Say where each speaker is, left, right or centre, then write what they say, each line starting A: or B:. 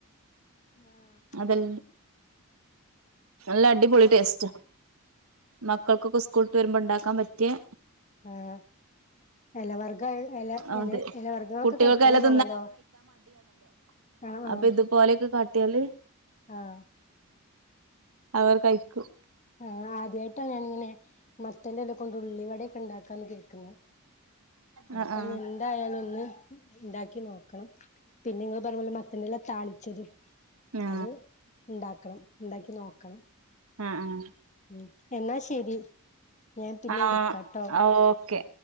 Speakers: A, on the left; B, on the right.
A: ആഹ്
B: അതൽ നല്ല അടിപൊളി ടേസ്റ്റ മക്കൾക്കൊക്കെ സ്കൂള്ട്ട് വരുമ്പോ ണ്ടാക്കാൻ പറ്റിയേ
A: ആഹ് എല വർഗ എല
B: അതെ
A: എലേ എല വർഗങ്ങളൊക്കെ
B: കുട്ടികൾക്കെല്ലാം
A: കഴിക്കണംന്നാണല്ലോ. ആഹ് ആഹ്
B: അപ്പ ഇതുപോലെക്കെ കാട്ടിയാല്
A: ആഹ്
B: അവർ കഴിക്കും.
A: ആ ആദ്യയിട്ടാ ഞാനിങ്ങനെ മത്തന്റെല ഉള്ളി വടെക്കെ ഉണ്ടാക്കാന്ന് കേക്കുന്ന്
B: ആ
A: അപ്പ
B: ആ
A: എന്തായാല ഒന്ന് ഉണ്ടാക്കി നോക്കണം. പിന്നെ ങ്ങൾ പറ യും പോലെ മത്തന്റെല താളിച്ചതും
B: ആ
A: അത് ഉണ്ടാക്കണം ഉണ്ടാക്കി നോക്കണം.
B: ആ ഹ്
A: ഉം എന്നാ ശരി ഞാൻ പിന്നെ
B: ആ
A: വിളിക്കാട്ടോ?
B: ആ ഓക്കെ